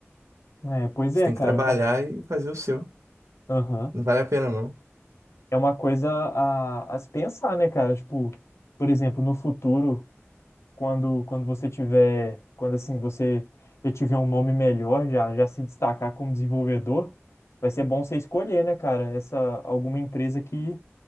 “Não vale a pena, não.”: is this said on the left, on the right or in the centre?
Right